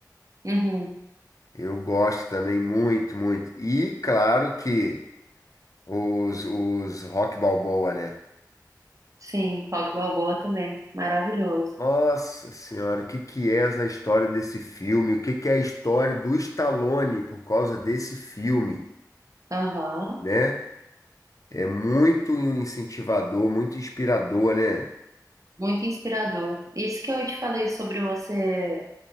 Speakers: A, on the right; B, on the left.
A: Uhum.
B: Eu gosto também muito, muito. E claro que os, os Rock Balboa, né?
A: Sim, Rock Balboa também, maravilhoso.
B: Nossa senhora, o que que é essa história desse filme? O que que é a história do Stallone por causa desse filme,
A: Aham.
B: né? É muito incentivador, muito inspirador, né?
A: Muito inspirador. Isso que eu te falei sobre você